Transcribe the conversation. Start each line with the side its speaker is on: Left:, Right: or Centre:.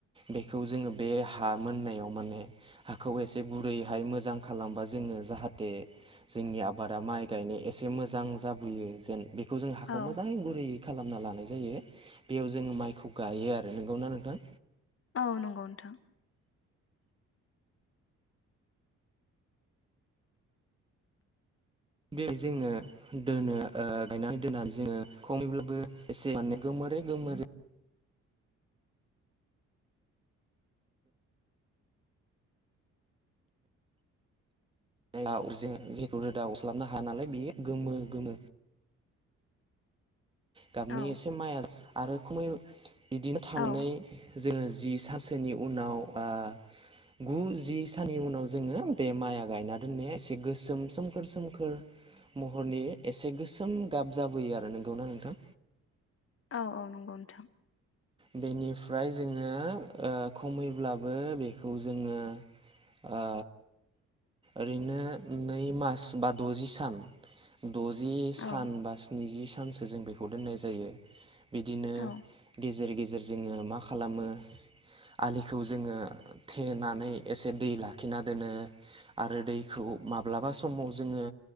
Right: बेखौ जोङो बे हा मोननायाव माने हाखौ एसे गुरैहाय मोजां खालामबा जों- जाहाथे जोंनि आबादा माइ गायनो एसे मोजां जाबोयो जेन बेखौ जों हाखौ
Left: औ
Right: मोजाङै गुरैयै खालामना लानाय जायो बेयाव जोङो माइखौ गायो आरो नोंगौना नोंथां
Left: औ नंगौ नोंथां।
Right: बे जोङो दोनो गायनानै दोन्नानै जोङो खमैब्लाबो एसे माने गोमो- मने गोमो- <unintelligible> रोदा अरस्लाबनो हाया नालाय बेयो गोमो गोमो गाबनि
Left: औ
Right: एसे माइ आरो खमै बिदिनो थानानै
Left: औ
Right: जोङो जि सानसोनि उनाव आ गु जि साननि उनाव जोङो बे माइआ गायना दोननाया एसे गोसोम सोमखोर सोमखोर महरनि एसे गोसोम गाब जाबोयो आरो नोंगौना नोंथां
Left: औ औ नंगौ नोंथां
Right: बेनिफ्राय जोङो खमैब्लाबो बेखौ जोङो
Left: <inaudible>
Right: ओ ओरैनो नै मास बा द'जि सान द'जि सान
Left: औ
Right: बा स्निजि सानसो जों बेखौ दोननाय जायो बिदि
Left: औ।
Right: गेजेर गेजेर जोङो मा खालामो आलिखौ जोङो थेनानै एसे दै लाखिना दोनो आरो दैखौ माब्लाबा समाव जोङो